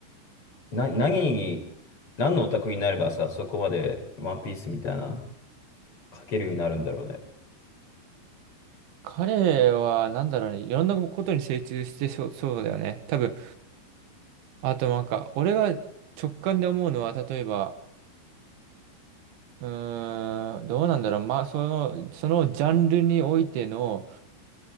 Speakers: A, on the left (about 30°); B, on the right (about 85°).
A: な、何に、何のオタクになればさ、そこまでワンピースみたいな、書けるようになるんだろうね。
B: 彼は、なんだろうね、いろんなことに精通してそう、そうだよね。多分、あとなんか、俺が直感で思うのは、例えば、うーん、どうなんだろう。まあ、その、そのジャンルにおいての、